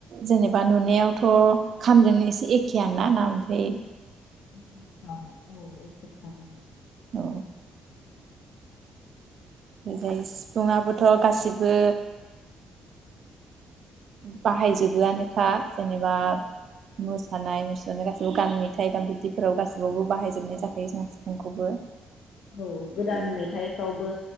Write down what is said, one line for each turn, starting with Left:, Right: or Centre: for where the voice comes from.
Right: जेनेबा नुनायावथ खामजोंनो एसे एखे आनो ना ना ओमफ्राय
Left: एखेथाम औ एखे थामानो
Right: औ जाय सिफुंङाबोथ' गासिबो बाहायजोबो आनोखा जेनेबा मोसानाय मुसुरनाय गासैबो गान मेथाइ दाम बिदिफोराव गासैबावबो बाहायजोबनाय जाखायो जोंहा सिफुंखौबो।
Left: औ गोदान
Right: बे
Left: मेथाइफ्रावबो